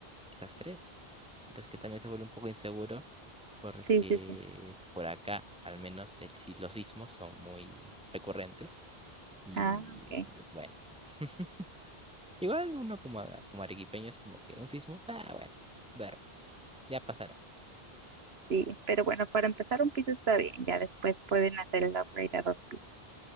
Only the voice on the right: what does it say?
sí, sí, sí.
Ah, ok.
Sí, pero bueno, para empezar un piso está bien, ya después pueden hacer el upgrade a dos pisos.